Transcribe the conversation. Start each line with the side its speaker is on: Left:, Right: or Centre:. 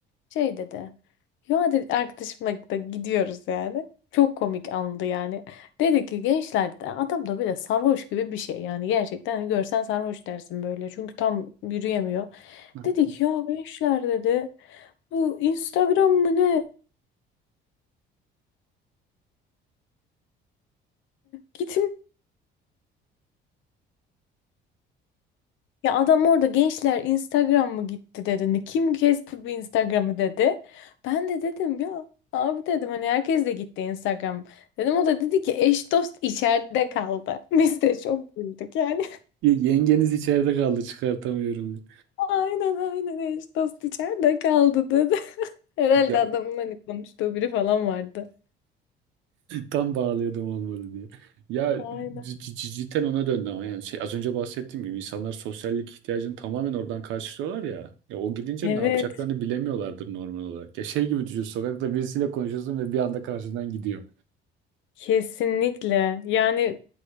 Left: Şey dedi. Ya dedi arkadaşımla da gidiyoruz yani. Çok komik andı yani. Dedi ki gençler dedi, adam da bir de sarhoş gibi bir şey yani gerçekten hani görsen sarhoş dersin böyle çünkü tam yürüyemiyor.
Right: Ne yaptım?
Left: Dedi ki ya gençler dedi bu Instagram mı ne? Gitme. Ya adam orada gençler Instagram mı gitti dedi. "Ne- Kim kesti bu Instagram'ı dedi. Ben de dedim ya abi dedim hani herkes de gitti Instagram. Dedim o da dedi ki eş dost içeride kaldı. <laughs> Biz de çok güldük Yani
Right: Ya yengeniz içeride kaldı çıkartamıyorum.
Left: Aynen aynen eş dost içeride kaldı dedi. <laughs> Herhalde
Right: Ya
Left: adamın hani konuştuğu biri falan vardı.
Right: tam bağlıyordum olmadı diye. Ya
Left: Aynen.
Right: c- c- cidden ona döndü ama yani şey az önce bahsettiğim gibi insanlar sosyallik ihtiyacını tamamen oradan karşılıyorlar ya. Ya o gidince
Left: Evet,
Right: ne yapacaklarını bilemiyorlardır normal olarak. Ya şey gibi düşün sokakta birisiyle konuşuyorsun ve bir anda karşından gidiyor.
Left: kesinlikle. Yani